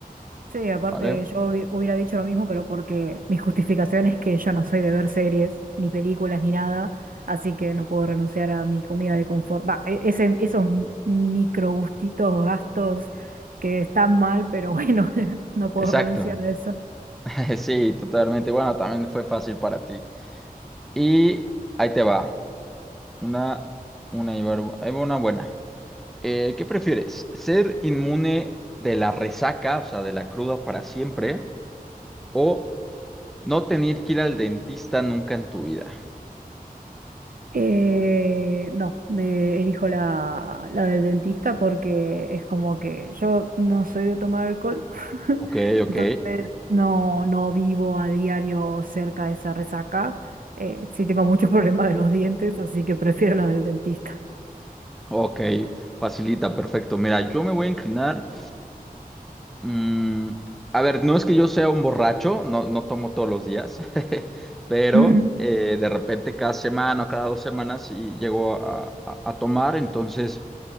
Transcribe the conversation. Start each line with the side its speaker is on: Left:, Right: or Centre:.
Right: Sí, aparte
Centre: ¿vale?
Right: yo hubi- hubiera dicho lo mismo, pero porque mi justificación es que yo no soy de ver series, ni películas, ni nada, así que no puedo renunciar a mi comida de confort. Va, e- ese- esos m- micro gustitos, gastos que están mal, pero bueno, <laughs> no puedo
Centre: Exacto.
Right: renunciar a eso.
Centre: <laughs> Sí, totalmente. Bueno, también fue fácil para ti. Y ahí te va. Una, una, y var- ahí va una buena. Eh, ¿qué prefieres? ¿Ser inmune de la resaca, o sea, de la cruda para siempre? ¿O no tener que ir al dentista nunca en tu vida?
Right: Eh, no, me elijo la, la del dentista porque es como que yo no soy de tomar alcohol, <laughs>
Centre: Ok, ok,
Right: entonces no, no vivo a diario cerca de esa resaca. Eh, sí tengo muchos <laughs> problemas de los dientes, así que prefiero la del dentista. <laughs>
Centre: ok, facilita, perfecto. Mira, yo me voy a inclinar. mm, a ver, no es que yo sea un borracho, no, no tomo todos los días, <laughs> pero
Right: Mm.
Centre: eh, de repente cada semana o cada dos semanas sí llego a, a a tomar, entonces...